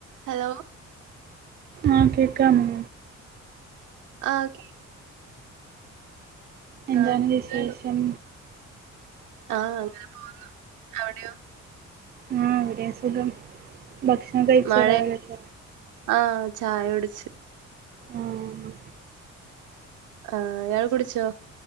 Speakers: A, on the right; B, on the right.
A: ഹലോ
B: ആഹ് കേക്കാമോ?
A: ആ ക്കെ കേക്കാം.
B: എന്താണ് വിശേഷം?
A: സുഖാണോ? ആ അങ്ങനെ പോന്നു അവടെയോ?
B: ആ ഇവിടെയും സുഖം ഭക്ഷണം കഴിച്ചോ
A: മഴ
B: രാവ്ലത്ത?
A: ആ ചായ കുടിച്ച്
B: ആഹ്
A: ആഹ് ഇയാള് കുടിച്ചോ